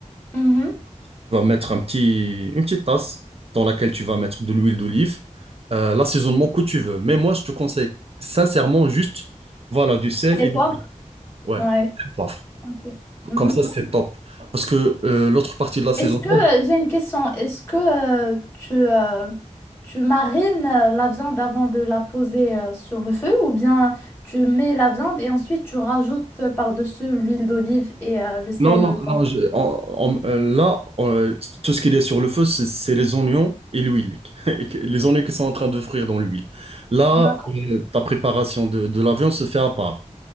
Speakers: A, on the left (about 20°); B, on the right (about 50°).
A: Mhm.
B: Tu vas mettre un petit, une petite tasse dans laquelle tu vas mettre de l'huile d'olive, euh, l'assaisonnement que tu veux. Mais moi, je te conseille sincèrement juste, voilà, du sel
A: C'est les
B: et du
A: poivres?
B: ouais,
A: Ouais.
B: du poivre.
A: Ok. Mhm.
B: Comme ça, c'est top. Parce que euh, l'autre partie de l'assaisonnement,
A: Est-ce que, euh, j'ai une question, est-ce que euh, tu, euh, tu marines euh, la viande avant de la poser euh, sur le feu ou bien tu mets la viande et ensuite tu rajoutes euh, par-dessus l'huile d'olive et euh, le sel,
B: non, non,
A: le poivre?
B: non, je- en- en- euh, là, euh, tout ce qu'il y a sur le feu, c'est c'est les oignons et l'huile. <laughs> Et que- Les oignons qui sont en train de frire dans l'huile. Là,
A: D'accord.
B: euh, ta préparation de, de la viande se fait à part.